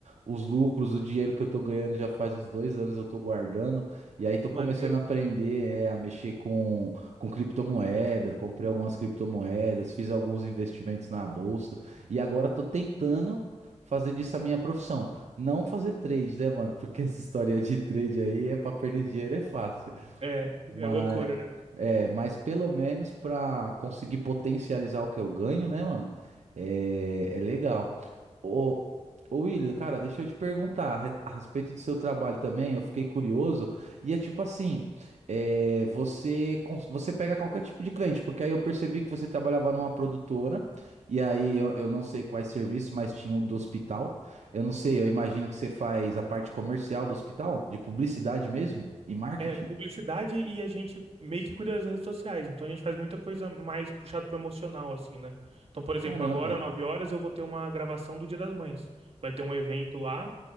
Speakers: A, on the right; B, on the right.
A: Os lucros, o dinheiro que eu tô ganhando já faz uns dois anos eu tô guardando. E aí tô
B: maneiro.
A: começando a aprender é, a mexer com, com criptomoedas. Comprei algumas criptomoedas, fiz alguns investimentos na bolsa. E agora tô tentando fazer disso a minha profissão. Não fazer trade, né, mano? Porque essa <laughs> história de trade aí é pra perder dinheiro, é fácil.
B: É,
A: mas
B: é loucura, né?
A: é, mas pelo menos pra conseguir potencializar o que eu ganho, né, mano? É, é legal. Ô, ô William, cara, deixa eu te perguntar a re- a respeito do seu trabalho também. Eu fiquei curioso. E é tipo assim: é, você, cons- você pega qualquer tipo de cliente, porque aí eu percebi que você trabalhava numa produtora. E aí eu, eu não sei quais serviços, mas tinha o do hospital. Eu não sei, eu imagino que você faz a parte comercial do hospital, de publicidade mesmo e marketing.
B: é publicidade e a gente meio que cuida das redes sociais. Então a gente faz muita coisa mais puxada pro emocional, assim, né? Então, por exemplo,
A: Caramba.
B: agora, 9 horas, eu vou ter uma gravação do Dia das Mães. Vai ter um evento lá